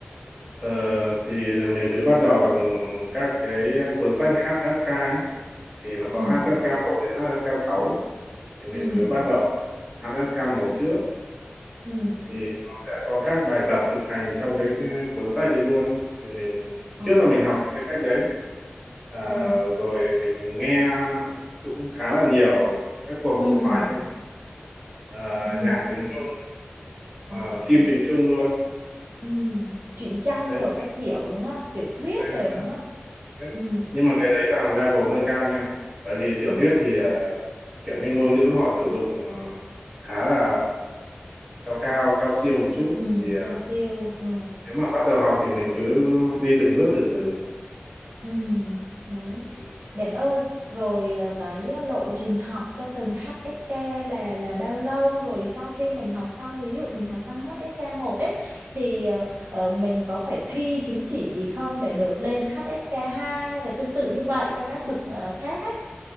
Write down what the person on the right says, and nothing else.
Ừ,
ừ,
ừ.
Ồ,
ừ.
ừ
ừ
Ok.
ừ truyện tranh
đồ các kiểu đúng không tiểu thuyết
rồi đúng
không
ừ
Ờ.
ừ
cao siêu ừ
ừ đấy
bạn ơi rồi à, cái à, lộ trình học cho từng HSK là là bao lâu rồi sau khi mình học xong ví dụ mình học xong HSK một ấy thì à, ờ, mình có phải thi chứng chỉ gì không để được lên HSK hai hay là tương tự như vậy cho các bậc à, khác ấy